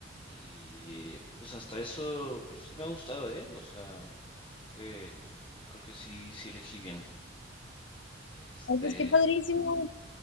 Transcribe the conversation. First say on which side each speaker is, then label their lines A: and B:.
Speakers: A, on the left; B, on the left.
A: Y pues hasta eso, pues sí me ha gustado, ¿eh? O sea, creo que, creo que sí, sí elegí bien. Este,
B: Ay, pues qué padrísimo.